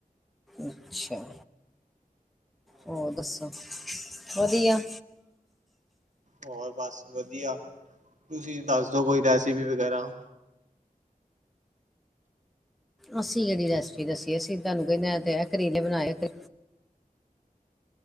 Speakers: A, in the centre; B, on the right (about 55°).
A: ਅੱਛਾ ਹੋਰ ਦੱਸੋ? ਵਧੀਆ।
B: ਹੋਰ ਬਸ ਵਧੀਆ, ਤੁਸੀਂ ਦੱਸਦੋ ਕੋਈ ਰੈਸਪੀ ਵਗੈਰਾ?
A: ਅਸੀਂ ਕੇਹੜੀ ਰੈਸਪੀ ਦੱਸੀਏ, ਅਸੀ ਤੁਹਾਨੂੰ ਕਹਿਨੇ ਤੇ ਆ ਕਰੇਲੇ ਬਣਾਏ ਐ ਕਰ